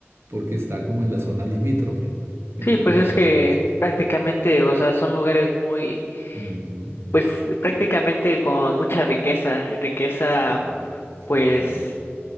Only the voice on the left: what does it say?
sí, pues
es
que
prácticamente, o sea, son lugares muy,
pues prácticamente con mucha riqueza, riqueza,
pues